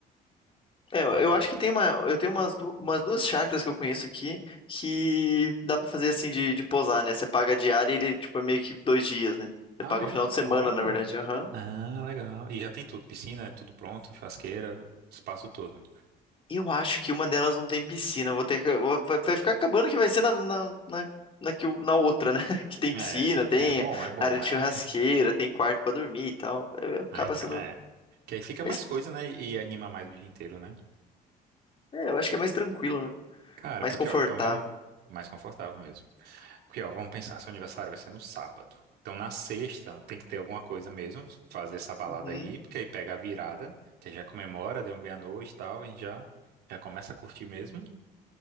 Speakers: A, on the left (about 30°); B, on the right (about 70°).
A: É, eu
B: Ai,
A: eu
B: cara.
A: acho que tem uma, eu tenho umas, du- umas duas chácaras que eu conheço aqui que dá pra fazer assim de, de posar, né? Você paga a diária e ele, tipo, é meio que dois dias, né? Você
B: Ah,
A: paga
B: é?
A: o final de semana,
B: Olha.
A: na verdade. Aham.
B: Ah, legal. E já tem tudo, piscina, é tudo pronto, churrasqueira, espaço todo.
A: Eu acho que uma delas não tem piscina. Vou ter, que- vou- vai, vai ficar acabando que vai ser na, na, na, na, que o- na outra, né? <laughs> Que tem
B: É,
A: piscina, tem
B: é bom, é bom,
A: área de
B: é.
A: churrasqueira, tem quarto pra dormir e tal. É, é, Acaba
B: Ai,
A: sendo.
B: pe- é. Que aí fica
A: mais-
B: mais coisa, né? E anima mais o dia inteiro, né?
A: É, eu acho que é mais tranquilo, né?
B: Cara,
A: Mais
B: porque,
A: confortável.
B: ó, então vamos mais confortável mesmo. Porque, ó, vamos pensar, seu aniversário vai ser no sábado. Então, na sexta, tem que ter alguma coisa mesmo, fazer essa balada
A: Uhum,
B: aí, porque aí pega a virada, que aí já comemora, deu meia-noite e tal, a gente já, já começa a curtir mesmo.